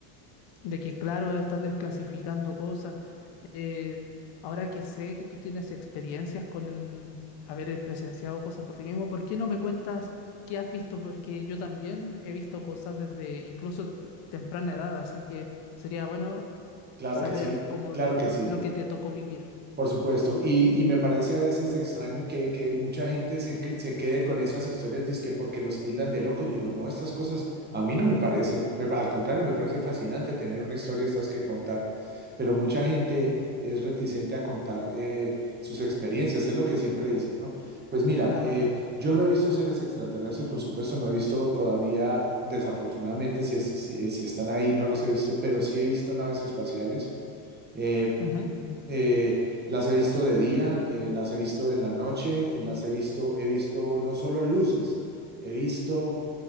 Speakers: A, on the left (about 55°); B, on the right (about 20°).
A: de que, claro, están desclasificando cosas. Eh, ahora que sé que tú tienes experiencias con haber eh, presenciado cosas por ti mismo, ¿por qué no me cuentas qué has visto? Porque yo también he visto cosas desde incluso te- temprana edad, así que sería bueno
B: claro
A: saber
B: que sí,
A: cómo
B: claro
A: lo,
B: que sí.
A: lo que te tocó vivir.
B: Por supuesto, y, y me parece a veces extraño que, que mucha gente se, que- se quede con esas historias, dizque porque los tildan de locos. Yo digo, no, estas cosas a mí no me parece, me- al contrario, me parece fascinante tener una historia de estas que contar, pero mucha gente es reticente a contar eh, sus experiencias, es lo que siempre dicen, ¿no? Pues mira,
A: Claro,
B: eh, yo no he visto seres extraterrestres, por supuesto, no he visto todavía, desafortunadamente, si, es- si, si están ahí, no los he visto, pero sí he visto naves espaciales. Eh,
A: ujú,
B: eh, las he visto de día, eh, las he visto en la noche, las he visto, he visto no solo luces, he visto